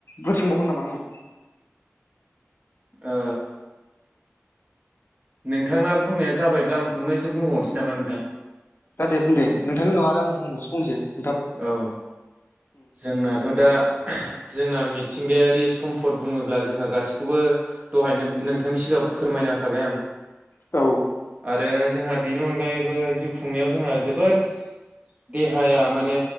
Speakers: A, on the left; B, on the right.
A: बुर <inaudible> सोंबावगोन नामा आंनाव
B: ओ नोंथांना बुंनाया जाबायब्ला आं फंनैसो बुंबावनोसै नामा नोंथां
A: दा दे बुं दे नोंथांनि उनाव आरो आं बुंबावसो फंनैसो
B: औ जोंनाथ' दा जोंना मिथिंगायारि सम्फद बुङोब्ला जोंहा गासिखौबो दहायनो नोंथांनि सिगां फोरमायना होखाबाय आं
A: औ
B: आरो जोंहा बेनि अनगायैबो जिउ खुंनायाव जोंहा जोबोद देहाया माने